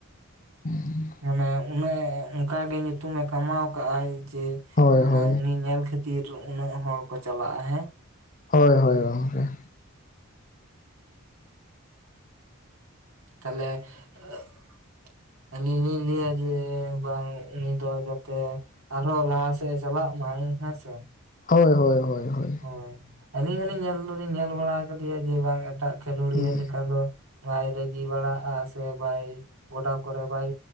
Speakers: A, on the left; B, on the right.
A: <inaudible>
B: ᱢᱟᱱᱮ ᱩᱱᱟᱹᱜ ᱮ ᱚᱱᱠᱟᱜᱮ ᱧᱩᱛᱩᱢᱮ ᱠᱟᱢᱟᱣ ᱟᱠᱟᱜ ᱟᱭ ᱪᱮ
A: ᱦᱳᱭ
B: ᱚᱱᱟ
A: ᱦᱳᱭ
B: ᱩᱱᱤ ᱧᱮᱞ ᱠᱷᱟᱹᱛᱤᱨ ᱩᱱᱟᱹᱜ ᱦᱚᱲ ᱠᱚ ᱪᱟᱞᱟᱜᱼᱟ ᱦᱮᱸ
A: ᱦᱳᱭ ᱦᱳᱭ ᱜᱚᱢᱠᱮ
B: ᱛᱟᱦᱚᱞᱮ <unintelligible> ᱟᱹᱞᱤᱧ ᱞᱤᱧ ᱞᱟᱹᱭᱟ ᱡᱮ ᱵᱟᱝ ᱩᱱᱤ ᱫᱚ ᱡᱟᱛᱮ ᱟᱨᱦᱚᱸ ᱞᱟᱦᱟ ᱥᱮᱫ ᱮ ᱪᱟᱞᱟᱜ ᱢᱟᱭ ᱦᱮᱸᱥᱮ
A: ᱦᱳᱭ ᱦᱳᱭ ᱦᱳᱭ ᱦᱳᱭ
B: ᱦᱳᱭ ᱟᱹᱞᱤᱧ ᱦᱚᱸᱞᱤᱧ ᱧᱮᱞ ᱫᱚᱞᱤᱧ ᱧᱮᱞ ᱵᱟᱲᱟ ᱟᱠᱟᱫᱮᱭᱟ ᱡᱮ ᱵᱟᱝ ᱮᱴᱟᱜ ᱠᱷᱮᱞᱳᱰᱤᱭᱟᱹ
A: ᱦᱩᱸ
B: ᱞᱮᱠᱟ ᱫᱚ ᱵᱟᱭ ᱨᱟᱹᱜᱤ ᱵᱟᱲᱟᱜᱼᱟ ᱥᱮ ᱵᱟᱭ ᱜᱚᱰᱟ ᱠᱚᱨᱮ ᱵᱟᱭ